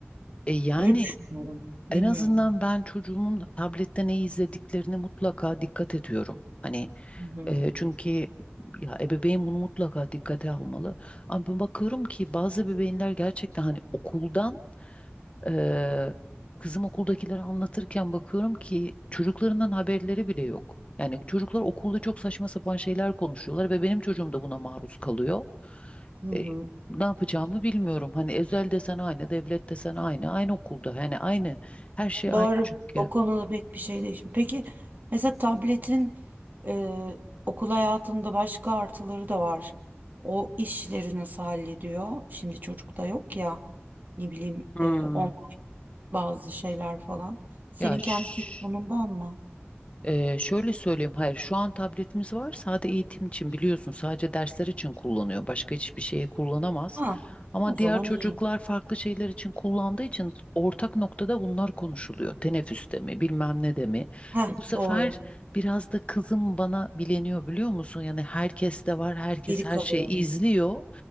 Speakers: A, on the left; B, on the right.
A: E yani
B: Öyle düşünüyorum. Bilmiyorum.
A: en azından ben çocuğumun tablette ne izlediklerini mutlaka dikkat ediyorum. Hani
B: Hı hı.
A: e, çünkü ya ebeveyn bunu mutlaka dikkate almalı. Ama ben bakıyorum ki bazı ebeveynler gerçekten hani okuldan e, kızım okuldakileri anlatırken bakıyorum ki çocuklarından haberleri bile yok. Yani çocuklar okulda çok saçma sapan şeyler konuşuyorlar ve benim çocuğum da buna maruz kalıyor.
B: Hı hı.
A: E, ne yapacağımı bilmiyorum. Hani özel desen aynı, devlet desen aynı, aynı okulda. Yani aynı, her şey
B: Doğru.
A: aynı çünkü.
B: O konuda pek bir şey değişmiyor. Peki mesela tabletin e, okul hayatında başka artıları da var. O işleri nasıl hallediyor? Şimdi çocukta yok ya ne bileyim
A: Hmm.
B: e, on bazı şeyler falan. Senin
A: Ya ş-
B: kendi telefonundan mı?
A: e, şöyle söyleyeyim, hayır şu an tabletimiz var sadece eğitim için biliyorsun sadece dersler için kullanıyor başka hiçbir şeye kullanamaz.
B: Ha,
A: Ama
B: o zaman
A: diğer çocuklar
B: iyi.
A: farklı şeyler için kullandığı için ortak noktada bunlar konuşuluyor. Teneffüste mi, bilmem ne de mi.
B: Heh,
A: Bu sefer
B: doğru.
A: biraz da kızım bana bileniyor biliyor musun? Yani herkes de var, herkes
B: Geri
A: her
B: kalıyorum.
A: şeyi izliyor.